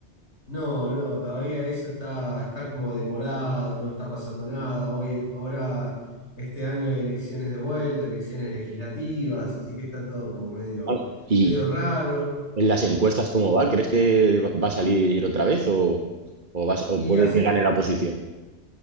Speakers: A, on the left; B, on the right.
A: No, no, todavía eso está, está como demorado, no está pasando nada. Hoy, ahora, este año hay elecciones de vuelta, elecciones legislativas, así que está todo como medio,
B: Ah, Y
A: medio raro.
B: en las encuestas, ¿cómo va? ¿Crees que va va a salir otra vez o, o, vas- o
A: Y
B: puede
A: hace,
B: que gane la oposición?